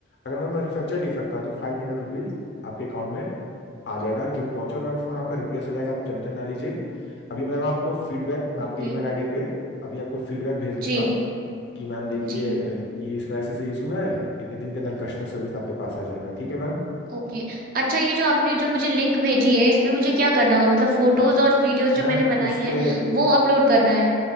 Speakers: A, on the left; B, on the right.
A: अगर मैम मैन्युफैक्चर डिफेक्ट रहा तो फाइव हंड्रेड रुपीज आपके अकाउंट में आ जाएगा गिफ्ट वाउचर और मैम फोन आपका रिप्लेस हो जाएगा आप टेंशन ना लीजिए अभी मैम आपको फीडबैक मैं
B: ओके
A: आपके ईमेल आईडी पे अभी आपको फीडबैक भेज दूंगा
B: जी
A: कि मैम देखिए
B: जी
A: अ, कि इसमें ऐसे ऐसे इशू है इतने दिन के अंदर कस्टमर सर्विस आपके पास आ जाएगा ठीक है मैम
B: ओके अच्छा ये जो आपने जो मुझे लिंक भेजी है इसमें मुझे क्या करना होगा मतलब फोटोज और वीडियोज जो
A: मैम
B: मैंने बनाई
A: इस
B: है
A: पे
B: वो अपलोड करना है